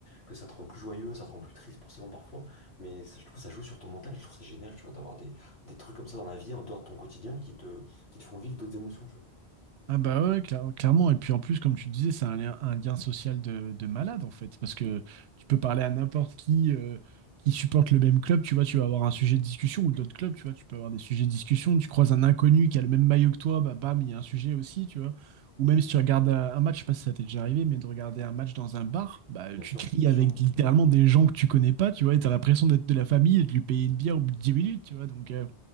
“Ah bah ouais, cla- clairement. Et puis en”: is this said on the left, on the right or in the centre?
Right